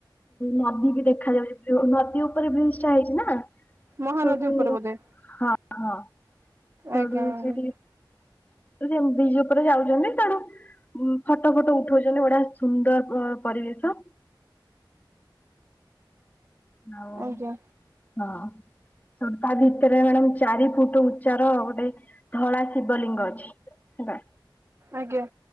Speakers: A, on the left (about 20°); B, on the right (about 30°).
A: ନଦୀ କି ଦେଖାଯାଉଛି ନଦୀ ଉପରେ ବ୍ରିଜ ଟା ହେଇଛି ନା?
B: ମହାନଦୀ
A: ହଁ
B: ଉପରେ ବୋଧେ
A: ହଁ। ସେଠୁ
B: ଆଜ୍ଞା ଆଜ୍ଞା
A: ସେଠିକେ ସେ ବ୍ରିଜ ଉପରେ ଯାଉଛନ୍ତି ତେଣୁ ଉ ଫଟୋ ଫଟ ଉଠଉଛନ୍ତି ବଢିଆ ସୁନ୍ଦର ପରିବେଶ। ହଉ
B: ଆଜ୍ଞା।
A: ହଁ। ତା ଭିତରେ ମ୍ୟାଡମ ଚାରି ଫୁଟ ଉଚ୍ଚାର ଗୋଟେ ଧଳା ଶିବଲିଙ୍ଗ ଅଛି। ହେଲା।
B: ଆଜ୍ଞା।